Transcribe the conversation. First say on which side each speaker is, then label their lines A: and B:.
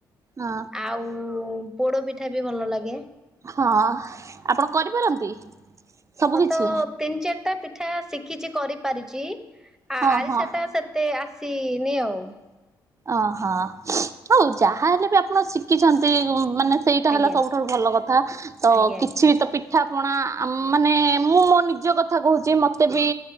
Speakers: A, on the right; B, in the centre.
A: ହଁ।
B: ଆଉ ପୋଡପିଠା ବି ଭଲ ଲାଗେ।
A: ହଁ, ଆପଣ କରିପାରନ୍ତି? ସବୁ
B: ହଁ
A: କିଛି
B: ତ ତିନି ଚାରିଟା ପିଠା ଶିଖିଛି କରିପାରିଛି। ଆ
A: ହଁ
B: ଆରିସା
A: ହଁ।
B: ଟା ସେତେ ଆସିନି ଆଉ
A: ଅହଁ ହଉ ଯାହା ହେଲେ ବି ଆପ୍ ଆପଣ ଶିଖିଛନ୍ତି ମାନେ ସେଇଟା
B: ଆଜ୍ଞା
A: ହେଲା ସବୁଠାରୁ ଭଲ କଥା ତ
B: ଆଜ୍ଞା ଆଜ୍ଞା।
A: କିଛି ବି ତ ପି ପିଠାପଣା ମାନେ ମୁଁ ମୋ ନିଜ କଥା କହୁଛି, ମୋତେ ବି